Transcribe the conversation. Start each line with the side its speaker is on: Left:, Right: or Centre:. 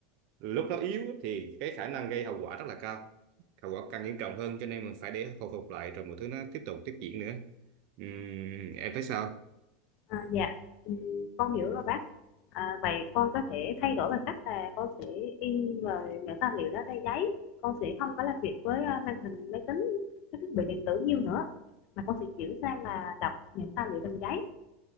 Right: lúc nó yếu thì cái khả năng gây hậu quả rất là cao hậu quả càng nghiêm trọng hơn cho nên mình phải để hồi phục lại rồi mọi thứ nó tiếp tục tiếp diễn nữa Ừm, em thấy sao
Left: À, dạ, Ừm, con hiểu rồi bác. À, vậy con có thể thay đổi bằng cách là con sẽ in rồi những tài liệu đó ra giấy. Con sẽ không có làm việc với ờ, màn hình máy tính, cái thiết bị điện tử nhiều nữa. Mà con sẽ chuyển sang là đọc những tài liệu bằng giấy.